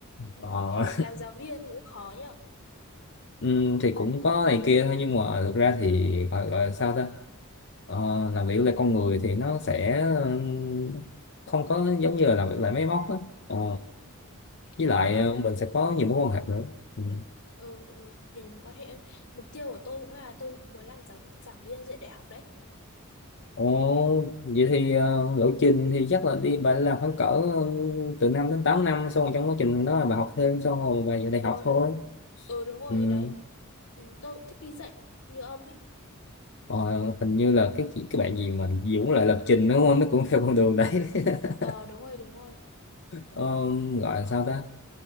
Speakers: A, on the left; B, on the left.
A: Ừ.
B: ờ,
A: Làm giáo viên cũng khó nhở.
B: <laughs> ừm, thì cũng có này kia thôi nhưng mà thực ra thì gọi, gọi là sao ta Ờ, làm việc là con người thì nó sẽ ừm, không có giống như là làm việc lại máy móc á Ờ,
A: Ừ. ừ.
B: với lại
A: Mà
B: ờ,
A: mục
B: mình sẽ có
A: ừ.
B: nhiều mối quan hệ nữa ừ.
A: Ừ, ừ, nhiều mối quan hệ. Mục tiêu của tôi cũng là tôi cũng muốn làm giáo giảng viên dạy đại học đấy.
B: Ồ, vậy thì ờ, lộ trình thì chắc là đi bà làm khoảng cỡ ờ, từ 5 đến 8 năm xong rồi trong quá trình đó là bà học thêm xong rồi bà về đại
A: Ừ
B: học
A: đúng.
B: thôi
A: Ừ đúng rồi
B: Ừ.
A: đấy. Ừ, tôi cũng thích đi dạy như ông ấy.
B: Ờ, hình như là cái chị- cái bạn gì mà Dũng lại lập trình đúng không nó cũng <laughs> theo con đường đấy <laughs>
A: Ờ đúng rồi đúng rồi.
B: ờ, gọi là sao ta